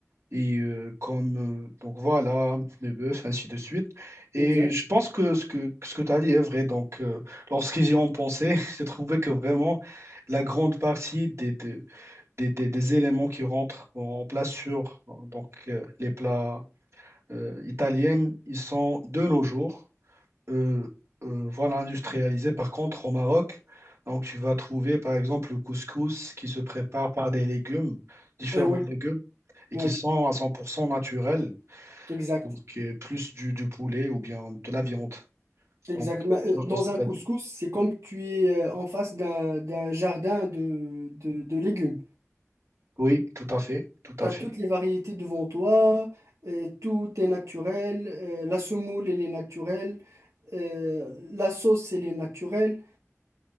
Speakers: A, on the right (about 60°); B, on the right (about 80°).
A: et euh, comme, euh, donc voilà, le bœuf, ainsi de suite. Et
B: Exact.
A: je pense que ce que, ce que tu as dit est vrai. Donc, euh, lorsqu'ils y ont pensé, <laughs> j'ai trouvé que vraiment la grande partie des, des, des- des- des éléments qui rentrent en place sur euh, donc, euh, les plats euh, italiens, ils sont de nos jours euh, euh, voilà, industrialisé. Par contre, au Maroc, donc tu vas trouver par exemple le couscous qui se prépare par des légumes, différents
B: Euh, oui,
A: légumes, et
B: oui.
A: qui sont à 100% naturels,
B: Exact,
A: donc euh, plus du, du poulet ou bien de la viande.
B: exact.
A: Donc,
B: Mais,
A: je
B: euh,
A: vois
B: Dans
A: ce que
B: un
A: tu
B: couscous,
A: as dit.
B: c'est comme tu es euh, en face d'un d'un jardin de, de, de légumes.
A: Oui, tout à fait, tout à
B: Tu as
A: fait.
B: toutes les variétés devant toi, euh, tout est naturel, euh, la semoule, elle est naturelle, euh, la sauce, elle est naturelle.